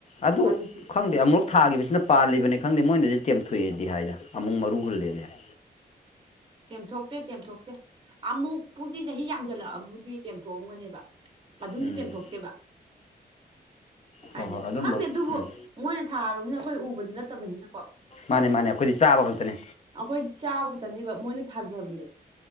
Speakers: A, on the left; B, on the right.
A: ꯑꯗꯨ
B: ꯑꯗꯨꯁꯨ
A: ꯈꯪꯗꯦ ꯑꯃꯨꯛ ꯊꯥꯈꯤꯕꯁꯤꯅ ꯄꯥꯜꯂꯤꯕꯅꯦ ꯈꯪꯗꯦ ꯃꯣꯏꯅꯗꯤ ꯇꯦꯝꯊꯣꯛꯑꯦꯗꯤ ꯍꯥꯏꯗ ꯑꯃꯨꯛ ꯃꯔꯨ ꯍꯨꯜꯂꯦꯗꯤ ꯍꯥꯏ
B: ꯆꯦꯝꯊꯣꯛꯇꯦ ꯇꯦꯝꯊꯣꯛꯇꯦ ꯑꯃꯨꯛꯄꯨꯗꯤ ꯆꯍꯤ ꯌꯥꯝꯖꯜꯂꯛꯑꯕꯨꯗꯤ ꯇꯦꯝꯊꯣꯛꯑꯝꯒꯅꯦꯕ ꯑꯗꯨꯝꯗꯤ
A: ꯎꯝ
B: ꯇꯦꯝꯊꯣꯛꯇꯦꯕ
A: ꯍꯣꯏ
B: ꯍꯥꯏꯗꯤ
A: ꯍꯣꯏ ꯑꯗꯨꯝꯕ
B: ꯈꯪꯗꯦ ꯑꯗꯨꯕꯨ
A: ꯎꯝ
B: ꯃꯣꯏꯅ ꯊꯥꯔꯨꯕꯅꯤꯅ ꯑꯩꯈꯣꯏ ꯎꯕꯁꯨ ꯅꯠꯇꯕꯅꯤꯅꯀꯣ
A: ꯃꯥꯅꯦ ꯃꯥꯅꯦ ꯑꯩꯈꯣꯏꯗꯤ ꯆꯥꯕ ꯈꯛꯇꯅꯦ
B: ꯑꯩꯈꯣꯏ ꯆꯥꯕ ꯈꯛꯇꯅꯦꯕ ꯃꯣꯏꯅ ꯊꯥꯖꯕꯅꯦꯕ